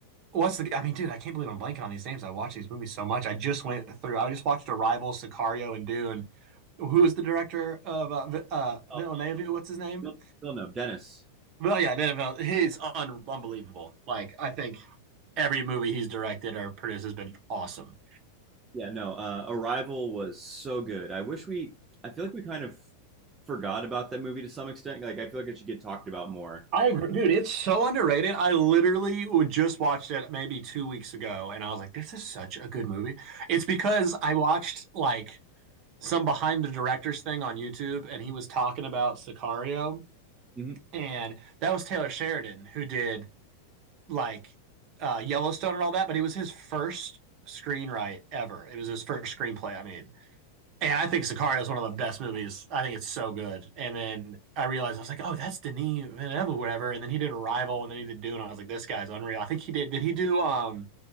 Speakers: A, on the right (about 40°); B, on the right (about 20°).
A: What's the? I mean, dude, I can't believe I'm blanking on these names. I watch these movies so much. I just went through. I just watched Arrival, Sicario, and Dune. Who is the director of uh, uh,
B: Oh,
A: Villeneuve? What's his name?
B: you'll, Dennis.
A: Well, yeah, Villeneuve. He's un- unbelievable. Like, I think every movie he's directed or produced has been awesome.
B: Yeah. No. Uh, Arrival was so good. I wish we. I feel like we kind of forgot about that movie to some extent. Like, I feel like it should get talked about more.
A: I agree, dude. It's so underrated. I literally just watched it maybe two weeks ago, and I was like, "This is such a good movie." It's because I watched like some behind the directors thing on YouTube, and he was talking about Sicario
B: hmm
A: and that was Taylor Sheridan who did like uh, Yellowstone and all that, but it was his first screenwrite ever. It was his first screenplay. I mean, and I think Sicario is one of the best movies. I think it's so good. And then I realized I was like, oh, that's Denis Villeneuve, or whatever. And then he did Arrival, and then he did Dune. I was like, this guy's unreal. I think he did. Did he do? Um,